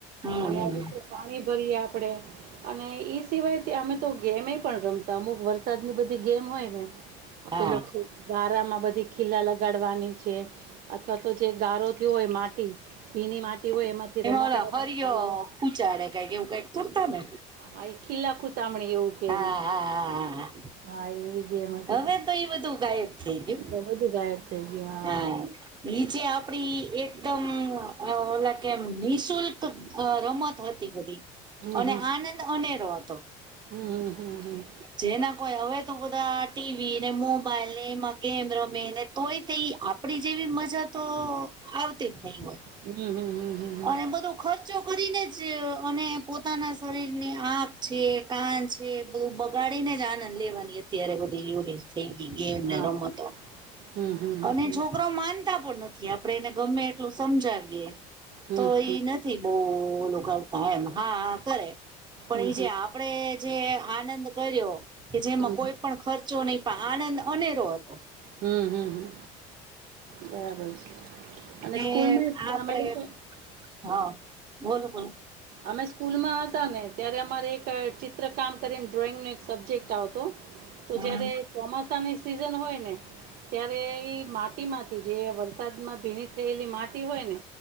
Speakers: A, on the right; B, on the right.
A: હમ
B: અને
A: હમ
B: પાણી ભરીએ આપડે, અને ઈ સિવાય તો અમે તો ગેમેય પણ રમતા અમુક વર્ષ સર ની બધી ગેમ હોય ને,
A: હા
B: પેલો બારામાં બધી ખીલા લગાડવાની છે. અથવા તો જે ગારોથી હોય, માટી ભીની માટી હોય, એમાંથી રમકડા
A: એમાં ઓ હરિય
B: બનાવીએ
A: કુચાડે કઈક એવું કઈક કરતા ને.
B: હા, એ ખીલા ખુતામણે એવું કે
A: હા,
B: એને
A: હા, હા, હા.
B: હા, એવી. ગેમ હતી
A: હવેતો, એ બધું ગાયબ થઈ ગયું
B: એ તો બધું ગાયબ થઈ ગયું
A: હા. નીચે આપડી એકદમ ઓલા કેમ નિઃશુલ્ક રમત હતી બધી. અને
B: હા
A: આનંદ અનેરો હતો,
B: હમ હમ હમ હમ
A: જેના કોઈ હવે તો બધા ટીવી ને, મોબાઈલ ને, એમાં ગેમ રમે તોય તે આપડી જેવી મજા તો આવતી જ નહીં હોય.
B: હમ, હમ, હમ. હમ.
A: અને બધો ચો કરીને જ અને પોતાના શરીરની આંખ છે, કાન છે. જે બ બગાડી જ આનંદ લેવાની અત્યારે બધી યુરી. ઠેન્ગી ગેમ
B: હા
A: ને, રમતો
B: હમ હમ હમ
A: અને
B: હમ
A: છોકરો માન તા પણ નથી, આપણે એને ગમે એટલું સમજાવીએ.
B: હમ હમ
A: તો ઈ નથી, બહુ લોકો એમ હા કરે, પણ
B: હમ
A: એ જે આપ. આપડે જે આનંદ કર્યો કે, જેમાં
B: હમ
A: કોઈ પણ ખર્ચો નહી. આનંદ અનેરો હતો.
B: હમ, હમ, હમ, બરાબર છે. અને
A: ને
B: સ્કૂલમાં
A: આપડે
B: ય અમે લોકો.
A: હા. બોલો, બોલો.
B: અમે સ્કૂલ માં હતા ને, ત્યારે અમારે એક ચિત્ર કામ કરીને, ડ્રોઈંગનો એક સબ્જેક્ટ આવતો. તો
A: હમ
B: જયારે ચોમાસાની સિઝન હોય ને. ત્યારે ઈ માટીમાંથી જે વરસાદમાં ભીની થયેલી માટી હોય ને.